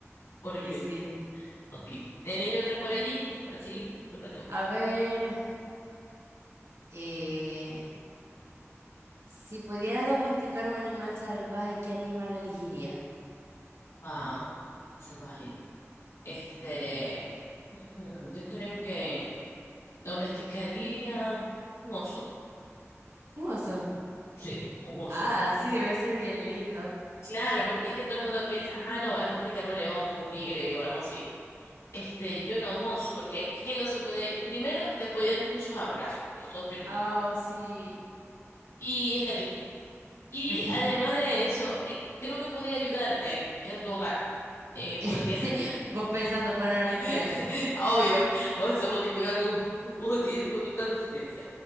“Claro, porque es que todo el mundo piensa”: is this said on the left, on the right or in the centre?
Left